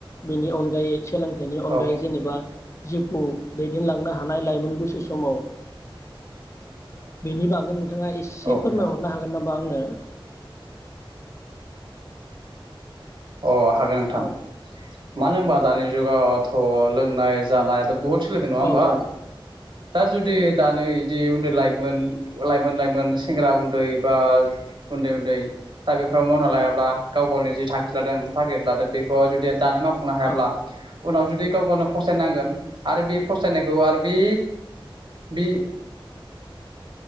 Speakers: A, on the left; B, on the right.
A: बिनि अनगायै <unintelligible> थाइनि अनगायै
B: औ
A: जेनेबा जिउखौ दैदेनलांनो हानाय लाइमोन बैसो समाव बेनि बागै नों थाङा एसे
B: नोंथां
A: फोरमायहरनो हागोन नामा आंनो।
B: अ हागोन नोंथां
A: औ
B: मानो हबा दानि जुगावथ लोंनाय जानाय। बभट सोलायदों नङा होमबा?
A: औ औ
B: दा जुदि दानो जि उन्दै लाइमोन लाइमोन लाइमोन सेंग्रा उन्दै बा उन्दै-उन्दै दा बेफोराव मावना लायाब्ला गाव गावनि जि थां खि लादों टारगेट लादों बेखौ जुदि दानो मावफुंनो हायाब्ला
A: औ
B: उनाव जुदि गाव गावन फसायनांगोन आरो बे फसायनाय गौ आरो बे बि